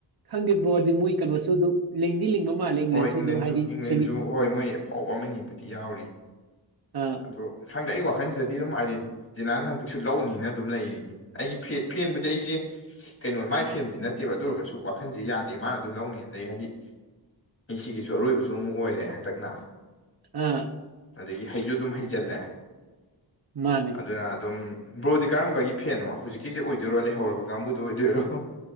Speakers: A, on the right; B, on the left.
A: ꯈꯪꯗꯦꯕ꯭ꯔꯣꯗꯤ ꯃꯣꯏ ꯀꯩꯅꯣꯁꯨ ꯑꯗꯨ ꯂꯤꯡꯗꯤ ꯂꯤꯡꯕ ꯃꯥꯜꯂꯦ ꯏꯪꯂꯟꯁꯨ
B: ꯍꯣꯏ ꯏꯪꯂꯦꯟꯁꯨ
A: ꯑꯗꯨꯝ ꯍꯥꯏꯗꯤ
B: ꯏꯪꯂꯦꯟꯁꯨ
A: ꯁꯦꯃꯤ
B: ꯍꯣꯏ ꯃꯣꯏ ꯑꯐꯥꯎꯕ ꯑꯃꯅꯤꯕꯨꯗꯤ ꯌꯥꯎꯔꯤ
A: ꯎꯝ
B: ꯑꯗꯣ ꯈꯪꯗꯦ ꯑꯩ ꯋꯥꯈꯜꯁꯤꯗꯗꯤ ꯑꯗꯨꯝ ꯑꯥꯔꯖꯦꯟ ꯇꯤꯅꯥꯅ ꯍꯟꯗꯛꯁꯨ ꯂꯧꯅꯤꯅ ꯑꯗꯨꯝ ꯂꯩꯔꯤ ꯑꯩꯒꯤ ꯐꯦꯟꯕꯨꯗꯤ ꯑꯩꯁꯦ ꯀꯩꯅꯣ ꯃꯥꯏ ꯐꯦꯟꯗꯤ ꯅꯠꯇꯦꯕ ꯑꯗꯨ ꯑꯣꯏꯔꯒꯁꯨ ꯋꯥꯈꯟꯁꯦ ꯌꯥꯗꯦ ꯃꯥꯅ ꯑꯗꯨꯝ ꯂꯧꯅꯤꯅꯂꯩ ꯍꯥꯏꯗꯤ ꯃꯦꯁꯤꯒꯤꯁꯨ ꯑꯔꯣꯏꯕꯁꯨ ꯑꯃꯨꯛ ꯑꯣꯏꯔꯦ ꯍꯟꯗꯛꯅ
A: ꯑꯥ
B: ꯑꯗꯒꯤ ꯍꯩꯁꯨꯨ ꯑꯗꯨꯝ ꯍꯩꯖꯤꯜꯂꯦ
A: ꯃꯥꯅꯦ
B: ꯑꯗꯨꯅ ꯑꯗꯨꯝ ꯕ꯭ꯔꯣꯗꯤ ꯀꯔꯝꯕꯒꯤ ꯐꯦꯟꯅꯣ ꯍꯧꯖꯤꯛꯀꯤꯁꯦ ꯑꯣꯏꯗꯣꯏꯔꯣ ꯂꯩꯍꯧꯔꯕ ꯀꯥꯡꯕꯨꯗꯣ ꯑꯣꯏꯗꯣꯏꯔꯣ